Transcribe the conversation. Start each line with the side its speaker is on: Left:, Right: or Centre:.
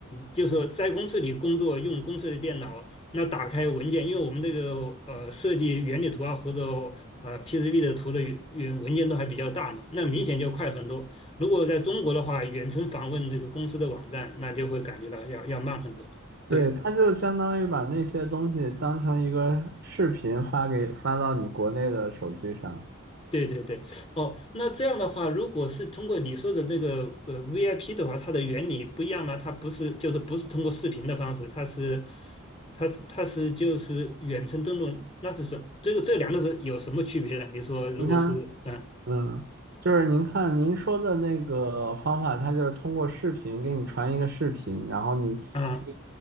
Left: 就是说在公司里工作，用公司的电脑，那打开文件，因为我们这个呃设计原理图啊或者呃 PCB 的图的原文件都还比较大嘛，那明显就快很多。如果在中国的话，远程访问这个公司的网站，那就会感觉到要要慢很多。
Right: 对，
Left: 对。
Right: 它就相当于把那些东西当成一个视频发给发到你国内的手机上。
Left: 对对对，哦，那这样的话，如果是通过你说的这个呃 VIP 的话，它的原理不一样吗？它不是就是不是通过视频的方式，它是它是它是就是远程登录，那就是什这个这两个是有什么区别呢？你说如果是嗯
Right: 你看，嗯，就是您看您说的那个方法，它就是通过视频给你传一个视频，然后你可以
Left: 啊